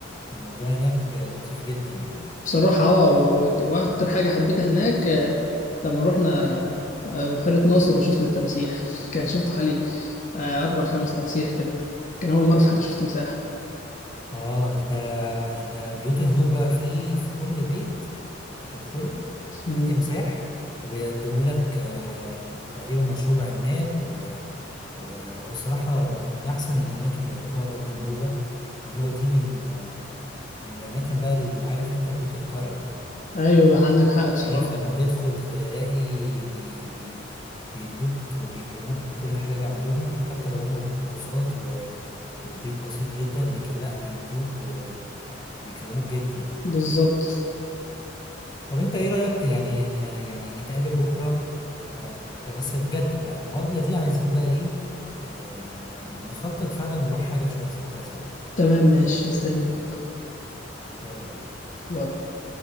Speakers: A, on the left; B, on the left.
A: الموضوع هناك لطيف جدا يعني
B: بصراحة اه و- وك- وأكتر حاجة حبيتها هناك آه، لما رحنا آه، بحيرة ناصر وشفنا التماسيح <laughs> كان شفت حوالي آه، أربع خمس تماسيح كده كان أول مرة في حياتي شفت تمساح
A: اه ده ده بيوت النوبه في في كل بيت هتدخله
B: مم.
A: في تمساح وبيقدموا لك آه، تقريبا مشروب عناب و وهو الصراحة من أحسن الأماكن اللي رحتها برضو النوبة النوبة دي من من الأماكن بقى اللي عارف أنت بيوت الكرم
B: أيوة عندك حق بصراحة
A: عارف لما تدخل تلاقي بي بي بيدوك وبيكرموك بكل حاجة عندهم حتى لو هم بوساط و... وبيت بسيط جدا لكن لا بيدوك وبيكرموك جدا
B: بالظبط
A: طب انت ايه رأيك يعني ن... يعني نتقابل بكرة آه بس بجد بقى المقابلة دي عايزين بقى ايه آه نخطط فعلا نروح حاجة في شهر ستة سوا
B: تمام ماشي مستنيك بكرة
A: يلا بينا
B: يلا